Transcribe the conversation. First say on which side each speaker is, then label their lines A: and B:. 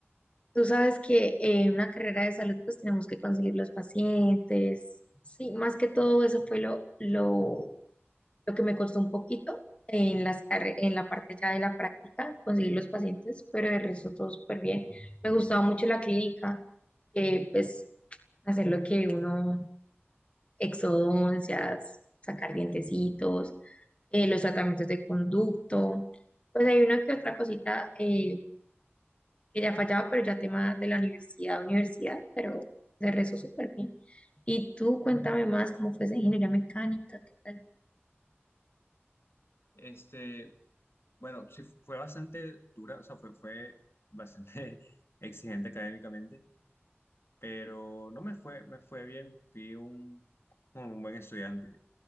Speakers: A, on the left; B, on the left.
A: Tú sabes que en una carrera de salud pues tenemos que conseguir los pacientes. Sí, más que todo eso fue lo, lo, lo que me costó un poquito en las carre- en la parte ya de la práctica, conseguir los pacientes, pero el resto todo súper bien. Me gustaba mucho la clínica, eh, pues hacer lo que uno, exodoncias, sacar dientecitos, eh, los tratamientos de conducto. Pues hay una que otra cosita eh, que ya fallaba, pero ya tema de la universidad, universidad, pero de rezo súper bien. Y tú cuéntame más cómo fue esa ingeniería mecánica, qué tal.
B: Este, bueno, sí, fue bastante dura, o sea, fue, fue bastante <laughs> exigente académicamente, pero no me fue, me fue bien, fui un, un buen estudiante.